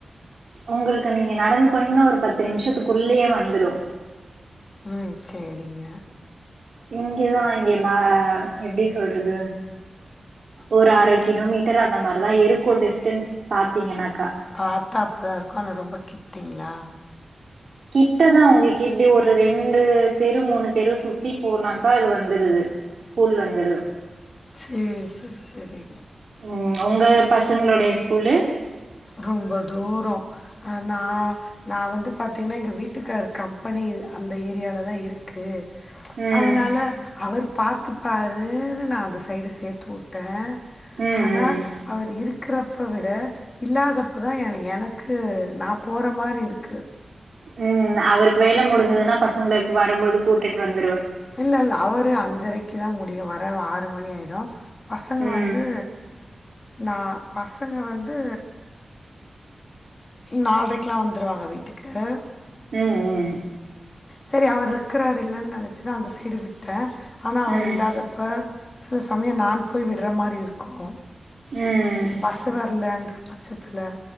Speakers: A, on the right; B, on the left.
A: உங்களுக்கு நீங்க நடந்து போனீங்கன்னா ஒரு பத்து நிமிஷத்துக்குள்ளயே வந்துடு
B: உம் சேரிங்க
A: இங்கதா இங்க மா எப்டி சொல்றது ஒரு அர கிலோமீட்டர் அந்த மாதிரிதா இருக்கு டிஸ்டன்ஸ் பாத்தீங்கன்னாக்கா
B: பாத்தா அப்டிதா இருக்கு ஆனா ரொம்ப கிட்டீங்ளா
A: கிட்டதா உங்களுக்கு இப்டி ஒரு ரெண்டு தெரு மூணு தெரு சுத்தி போனாக்கா அது வந்துருது ஸ்கூல் வந்துடு
B: சேரி சேர் செரி
A: ம் உங்க பசங்களுடைய ஸ்கூலு
B: ரொம்ப தூரோ ஆனா நா வந்து பாத்தீங்கன்னா எங்க வீட்டுக்காரு கம்பெனி அந்த ஏரியாலதா இருக்கு ப்ச்
A: ம்
B: அதனால அவர் பாத்து பாருன்னு நா இந்த சைடு சேர்த்து வுட்ட
A: ம்
B: ஆனா
A: ம்
B: அவர் இருக் இருக்கிறப்ப விட இல்லாதப்பதா எனக்கு நா போர மாரி இருக்கு
A: உம் அவருக்கு வேல முடிஞ்சதுன்னா பசங்களுக்கு வரும்போது கூட்டிட்டு வந்
B: இல்ல இல்ல அவரு அஞ்சரைக்குதா முடியு வர ஆறு ட்டு மணி ஆயிடு பசங்க
A: ம்
B: வந்து நா பச ங்க வந்து நாலடரைக்கெல்லா வந்துருவாங்க வீட்டுக்கு
A: உம் உம்
B: சரி அவர்ருக்குறார் இல்லன்னு நெனைச்சுதா அந்த சைடு விட் ட ஆனா அவர்
A: ம்
B: இல்லாதப்ப சில சமயம் நான் போய் விடுற மாரி இருக்கு
A: ம்
B: பஸ்வர்லண்டுர் பச்சத்துல